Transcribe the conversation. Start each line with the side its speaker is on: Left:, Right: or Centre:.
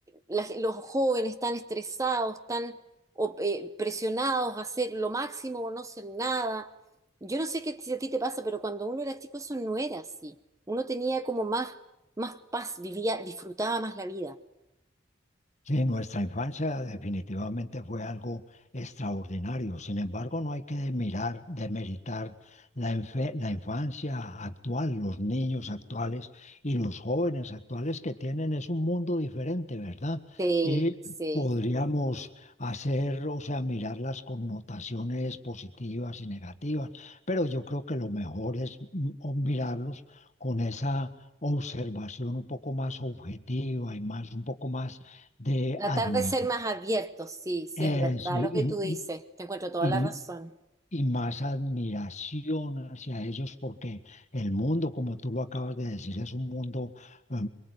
Right: la- los jóvenes tan estresados, tan o- eh, presionados a hacer lo máximo o no hacer nada. Yo no sé qué si a ti te pasa, pero cuando uno era chico eso no era así. Uno tenía como más, más paz, vivía, disfrutaba más la vida.
Left: Sí, nuestra infancia definitivamente fue algo extraordinario. Sin embargo, no hay que de mirar, demeritar la, enfe- la infancia actual, los niños actuales y los jóvenes actuales que tienen es un mundo diferente, ¿verdad?
Right: Sí,
Left: Y
Right: sí.
Left: podríamos hacer, o sea, mirar las connotaciones positivas y negativas, pero yo creo que lo mejor es mm, o mirarlos con esa observación un poco más objetiva y más, un poco más de
Right: Tratar
Left: admi-
Right: de ser más abiertos, sí, sí
Left: eso,
Right: es verdad
Left: y,
Right: lo que tú dices.
Left: y-
Right: Te encuentro toda
Left: y-
Right: la razón.
Left: y más admiración hacia ellos porque el mundo, como tú lo acabas de decir, es un mundo, em,